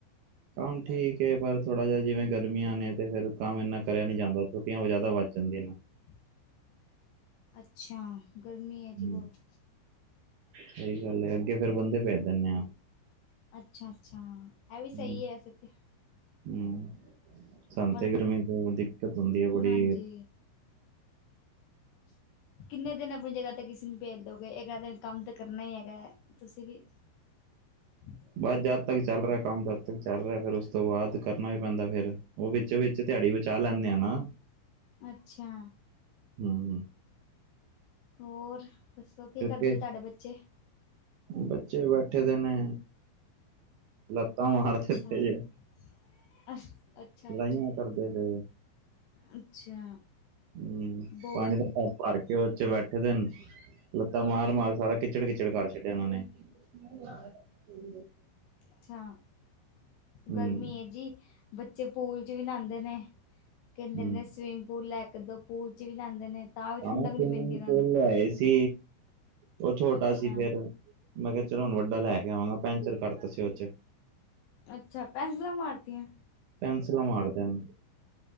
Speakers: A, on the right (about 75°); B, on the left (about 70°).
A: ਕੰਮ ਠੀਕ ਏ, ਪਰ ਥੋੜ੍ਹਾ ਜਿਹਾ ਜਿਵੇਂ ਗਰਮੀਆਂ ਨੇ ਤੇ ਫੇਰ ਕੰਮ ਇੰਨਾ ਕਰਿਆ ਨੀ ਜਾਂਦਾ ਛੁੱਟੀਆਂ ਜ਼ਿਆਦਾ ਵੱਜ ਸਨਡੇਅ ਨੂੰ
B: <unintelligible> ਅੱਛਾ ਗਰਮੀ ਹੈ ਜੀ ਬਹੁਤ।
A: ਹੂੰ ਸਹੀ ਗੱਲ ਏ, ਅੱਗੇ ਫੇਰ ਬੰਦੇ ਭੇਜ ਦਿੰਦੇ ਆ।
B: ਅੱਛਾ ਅੱਛਾ ਐ
A: ਹੂੰ
B: ਵੀ ਸਹੀ ਵੈਸੇ ਤੇ।
A: ਹੂੰ। ਸਾਨੂੰ
B: ਪਰ
A: ਤੇ ਗਰਮੀ ਤੋਂ ਦਿੱਕਤ ਹੁੰਦੀ ਆ ਬੜੀ
B: ਹਾਂਜੀ ਕਿੰਨੇ ਦਿਨ ਆਪਣੀ ਜਗ੍ਹਾ ਤੇ ਕਿਸੇ ਨੂੰ ਭੇਜ ਦੋਗੇ, ਇਕ ਨਾ ਦਿਨ ਕੰਮ ਤੇ ਕਰਨਾ ਹੀ ਹੈਗਾ ਤੁਸੀਂ ਵੀ। <unintelligible>
A: ਬਸ ਜਦ ਤੱਕ ਚੱਲ ਰਿਹਾ ਕੰਮ ਜਦ ਤੱਕ ਚੱਲ ਰਿਹਾ, ਫਿਰ ਉਸ ਤੋਂ ਬਾਅਦ ਕਰਨਾ ਵੀ ਪੈਂਦਾ ਫੇਰ ਉਹ ਵਿੱਚ ਵਿੱਚ ਦਿਹਾੜੀ ਬਚਾ ਲੈਂਦੇ ਆ ਨਾ
B: ਅੱਛਾ।
A: ਹਮ
B: ਹੋਰ ਦੱਸੋ ਕੀ ਕਰਦੇ
A: ਕੇ
B: ਵੀ ਤੁਹਾਡੇ ਬੱਚੇ।
A: ਬੱਚੇ ਬੈਠੇ ਦੇ ਨੇ, ਲੱਤਾਂ ਮਾਰਦੇ
B: ਅੱਛਾ
A: ਪੇ ਜੇ।
B: <unintelligible>
A: ਲੜਾਈਆਂ
B: ਅੱਛਾ
A: ਕਰਦੇ ਗਏ
B: ਅੱਛਾ
A: ਹਮ
B: ਬਹੁਤ
A: ਪਾਣੀ ਦਾ ਟਾਪ ਭਰ ਕੇ ਉਹ ਚੇ ਬੈਠੇ ਦੇ ਨੇ। ਲੱਤਾਂ ਮਾਰ ਮਾਰ ਸਾਰਾ ਕਿਚੜ ਕਿਿਚੜ ਕਰ ਛੱਡਿਆ ਉਹਨਾਂ ਨੇ। <unintelligible>
B: ਅੱਛਾ
A: ਹੂੰ
B: ਗਰਮੀ ਹੈ ਜੀ ਬੱਚੇ ਪੂਲ ਚ ਵੀ ਨਾਂਉਦੇ ਨੇ। ਕਹਿੰਦੇ
A: ਹੂੰ
B: ਨੇ ਸਵੀਮਿੰਗ ਪੂਲ ਲੈ ਕੇ ਦੋ, ਪੂਲ ਚ ਵੀ ਨਾਦੇ ਨੇ। ਤਾਂ ਵੀ ਠੰਡਕ
A: ਹਾਂ ਸਵਿਮਿੰਗ
B: ਨੀ ਪੈਂਦੀ ਇਹਨਾਂ
A: ਪੂਲ
B: ਨੂੰ
A: ਲਏ ਸੀ ਉਹ ਛੋਟਾ
B: ਅੱਛਾ
A: ਸੀ ਫੇਿਰ। ਮੈਂ ਕਿਹਾ ਚਲੋ ਹੁਣ ਵੱਡਾ ਲੈ ਕੇ ਆਵਾਂਗਾ ਪੈਂਚਰ ਕਰਤਾ ਸੀ ਉਹ ਚੇ।
B: ਅੱਛਾ ਪੈਨਸਿਲਾਂ ਮਾਰਤੀਆਂ।
A: ਪੈਂਸਿਲ ਮਾਰਦੇ ਨੇ।